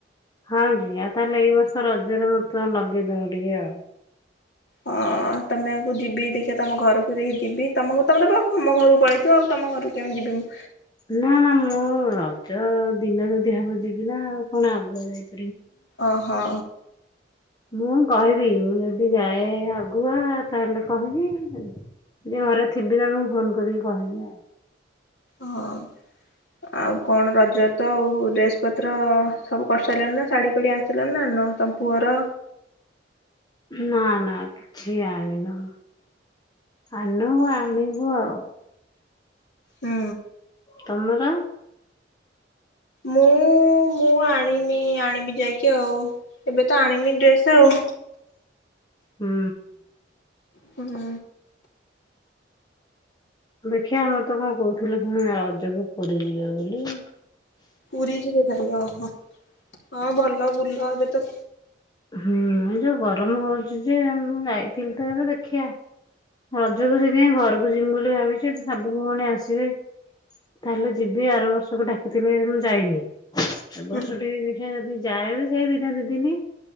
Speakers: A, on the left; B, on the left.
A: ହଁ କି ଆଉ ତାହେଲେ ଏଇ ବର୍ଷ ରଜରେ ମୁଁ ତ ଲଗେଇଦବ ଟିକେ ଆଉ
B: ହଁ ତମେକୁ ଯିବି ଦେଖ ତମ ଘରକୁ ଦେଖି ଯିବି ତମକୁ ତମର ତମ ଘରକୁ ପଳେଇଥିବ ଆଉ ତମ ଘରକୁ କେମିତି ଯିବି ମୁଁ
A: ନା ନା ମୁଁ ରଜ ଦିନ ଯଦି ହବ ଯିବି ନା ଆଉ କଣ ଆଗୁଆ ଯାଇଥିଲ।
B: ଓ ହୋ।
A: ମୁଁ କହିବି ମୁଁ ଯଦି ଯାଏ ଆଗୁଆ ତାହେଲେ କହିବି ମର ତମକୁ ଫୋନ କରିକି କହେ ଯେ
B: ହଁ ଆଉ କଣ ରଜତ ଆଉ ଡ୍ରେସ୍ ପତ୍ର ସବୁ କରିସାରିଲଣି ନା ଶାଢୀ ଫିଡି ଆଣିସିଲଣି ନା ତମ ପୁଅର
A: ନା ନା କିଛି ଆଣି ନ ଆନୁ ଆାଣିବୁ ଆଉ
B: ହୁଁ।
A: ତମରା
B: ମୁଁ ମୁଁ ଆଣିନି ଆଣିବି ଯାଇକି ଆଉ ଏବେ ତ ଆଣିନି ଡ୍ରେସ ଆଉ
A: ହୁଁ,
B: ହୁଁ,
A: ଦେଖିବା ମମର ତ କଣ କହୁଥିଲେି ପୁଣି ରଜକୁ ପଡିଯିବ ବୋଲି।
B: ପୁରୀ ଯିବ ଓହୋ, ହଁ ଭଲ ବୁଲ ଏବେତ
A: ହୁଁ ଯୋଉ ଗରମ ହଉଛି ଯେ ମୁଁ ଯାଇଥିଲି ତ ଏବେ ଦେଖିବା। ରଜକୁ ସେଥିପାଇ ଘରକୁ ଯମି ବୋଲି ଭାବିଛି ସବୁ ଭଉଣୀ ଆସିବେ ତାହେଲେ ଯିବି ଆର ବର୍ଷକୁ ଡାକିଥିଲେ ମୁଁ ଯାଇନି। ଏ ବର୍ଷ
B: ହୁଁ
A: ଟିକେ ଦେଖିବା ଯଦି ଯାଏବ ସେଇ ଦିନେ ଦିଦିନି